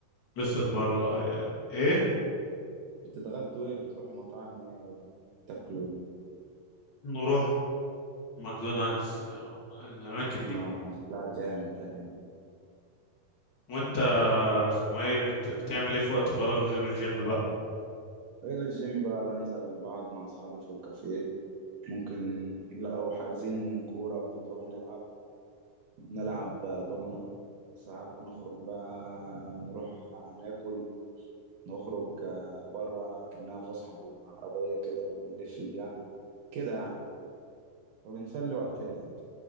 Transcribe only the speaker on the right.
بتاكلوا ايه
بتتغدوا ايه بتروحوا مطاعم ايه وتاكلوا ايه
اه
لا جامد ده جامد
غير الجيم بقى بنزل بقعد مع أصحابي في الكافيه ممكن لو حاجزين كورة بنروح نلعب بنلعب دومنا ساعات بنخرج بقى نروح ناكل نخرج بره كأنها فسحة بالعربية كده وبنلف بيها كده يعني وبنسلي وقتنا